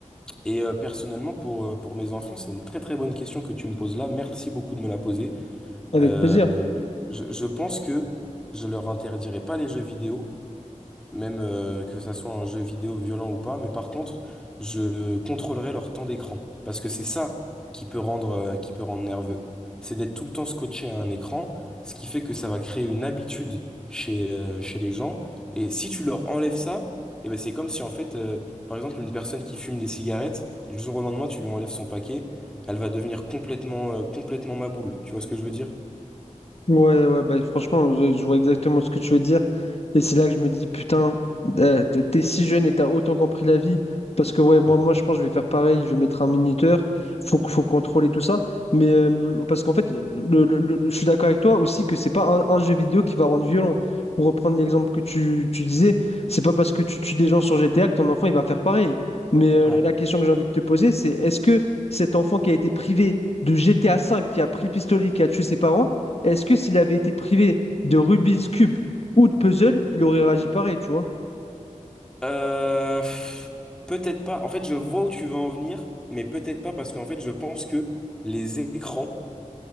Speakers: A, in the centre; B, on the left.
A: Et euh, personnellement, pour, euh, pour mes enfants, c'est une très très bonne question que tu me poses là. Merci beaucoup de me la poser.
B: Avec
A: Euh,
B: plaisir.
A: je, je pense que je leur interdirai pas les jeux vidéo, même euh, que ça soit un jeu vidéo violent ou pas, mais par contre, je contrôlerai leur temps d'écran, parce que c'est ça qui peut rendre, euh, qui peut rendre nerveux. C'est d'être tout le temps scotché à un écran, ce qui fait que ça va créer une habitude chez, euh, chez les gens, et si tu leur enlèves ça, eh ben c'est comme si en fait, euh, par exemple, une personne qui fume des cigarettes, du jour au lendemain, tu lui enlèves son paquet, elle va devenir complètement, euh, complètement maboule, tu vois ce que je veux dire?
B: Ouais, ouais, bah, franchement, je, je vois exactement ce que tu veux dire. Et c'est là que je me dis, putain, euh, t'es t'es si jeune et t'as autant compris la vie. Parce que, ouais, moi,
A: Ouais.
B: moi, je pense que je vais faire pareil. Je vais mettre un minuteur. Faut, qu- faut contrôler tout ça. Mais euh, parce qu'en fait, le, le- le- je suis d'accord avec toi aussi que c'est pas un, un jeu vidéo qui va rendre violent. Pour reprendre l'exemple que tu, tu disais, c'est pas parce que tu tues des gens sur GTA que ton enfant, il va faire pareil. Mais euh,
A: Ouais.
B: la la question que j'ai envie de te poser, c'est est-ce que cet enfant qui a été privé de GTA V, qui a pris le pistolet, qui a tué ses parents, est-ce que s'il avait été privé de Rubik's Cube ou de puzzle, il aurait réagi pareil, tu vois?
A: Euh, pff, peut-être pas. En fait, je vois où tu veux en venir, mais peut-être pas parce qu'en fait, je pense que les écrans,